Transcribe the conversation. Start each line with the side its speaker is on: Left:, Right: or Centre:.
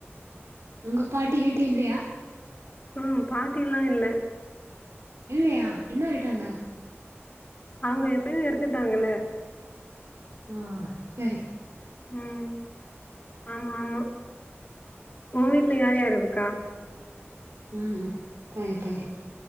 Right: உங்க பாட்டி ஹீட்டி இல்லையா
Left: ம் பாட்டில்லா இல்ல
Right: இல்லையா என்ன வேய்ட்டாங்க
Left: அவங்க எப்பவே எடுத்துட்டாங்கல்ல
Right: அஹ் சரி
Left: ம் ஆமா ஆமா உ வீட்ல யார் யார் இருக்கா
Right: ம்ம் கரே கரே